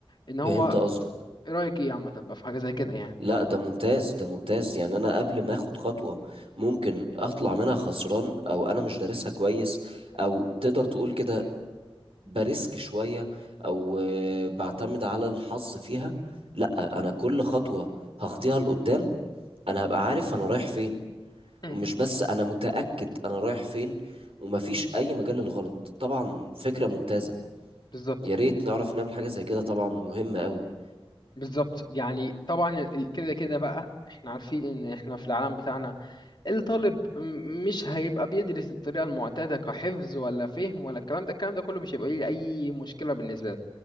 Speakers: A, on the left; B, on the right.
A: ان هو
B: فهمت قصدك
A: ايه رأيك ايه عامة بقى في حاجة زي كده يعني
B: لا ده ممتاز ده ممتاز يعني انا قبل ما اخد خطوة ممكن اطلع منها خسران او انا مش دارسها كويس او تقدر تقول كده بريسك شوية او آه، بعتمد على الحظ فيها لا انا كل خطوة هخطيها لقدام انا هبقى عارف انا رايح فين
A: مهم.
B: ومش بس انا متأكد انا رايح فين ومفيش اي مجال للغلط طبعا فكرة ممتازة
A: بالظبط
B: يا ريت نعرف نعمل حاجة زي كده طبعا مهمة قوي
A: بالظبط يعني طبعا ال- كده كده بقى احنا عارفين ان احنا في العالم بتاعنا الطالب م- مش هيبقى بيدرس الطريقة المعتادة كحفظ ولا فهم ولا الكلام ده الكلام ده كله مش هيبقى ليه اي مشكلة بالنسبة له